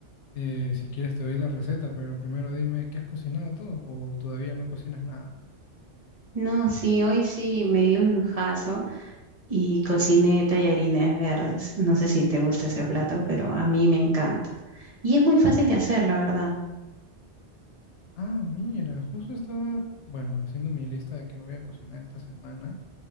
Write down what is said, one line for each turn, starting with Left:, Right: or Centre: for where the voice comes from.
Left: Eh, si quieres te doy la receta, pero primero dime, ¿qué has cocinado tú? ¿O todavía no cocinas nada?
Right: No, sí, hoy sí me di un lujazo y cociné tallarines verdes. No sé si te gusta ese plato, pero a mí me encanta. Y es muy fácil de hacer, la verdad.
Left: Ah, mira, justo estaba, bueno, haciendo mi lista de qué voy a cocinar esta semana.